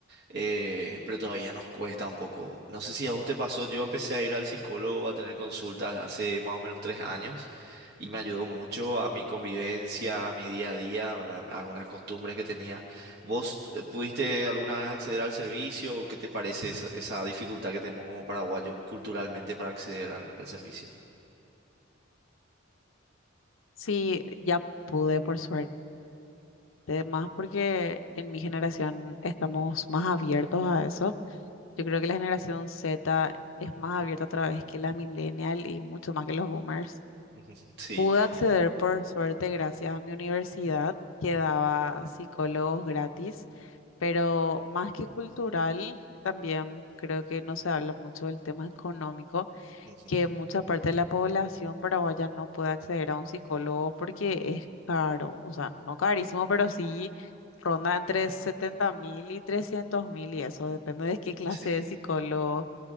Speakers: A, on the right (about 55°); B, on the left (about 85°).
A: eh, pero todavía nos cuesta un poco. No sé si a vos te pasó, yo empecé a ir al psicólogo a tener consultas hace más o menos tres años y me ayudó mucho a mi convivencia, a mi día a día, ¿verdad? Algunas costumbres que tenía. ¿Vos eh, pudiste alguna vez acceder al servicio? ¿O ¿Qué te parece esa, esa dificultad que tenemos como paraguayos culturalmente para acceder al, al servicio?
B: Sí, ya pude, por suerte, más porque en mi generación estamos más abiertos a eso. Yo creo que la generación Z es más abierta otra vez que la millennial y mucho más que los boomers.
A: Ujú, Sí.
B: Pude acceder, por suerte, gracias a mi universidad, que daba psicólogos gratis, pero más que cultural, también creo que no se habla mucho del tema económico
A: ujú,
B: que mucha parte de la población paraguaya no puede acceder a un psicólogo porque es caro, o sea, no carísimo, pero sí ronda entre 70 mil y 300 mil y eso depende de qué clase
A: Sí.
B: de psicólogo.